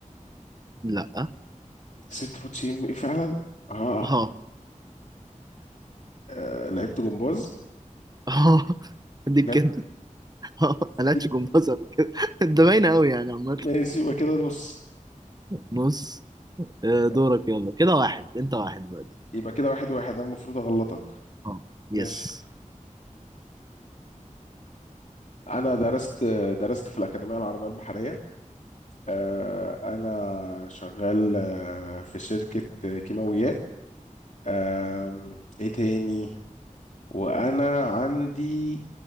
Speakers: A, on the right; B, on the left.
A: لا
B: كسبت ماتش ام ام اي فعلا اه,
A: ها
B: آه. لعبت جمباز
A: <laughs> اه دي كده
B: لعبت
A: اه ملهاش
B: دي
A: جمباز ولا كده <laughs> ده باينه قوي يعني عامه
B: ماشي يبقى كده نص
A: بص آه،
B: يبقى
A: دورك يلا كده واحد انت واحد دلوقتي
B: يبقى كده واحد واحد انا المفروض اغلطك
A: اه يس
B: ماشي انا درست درست في الاكاديميه العربيه البحريه آه، انا شغال آه، في شركه آه، كيماويات آم، ايه تاني وانا عندي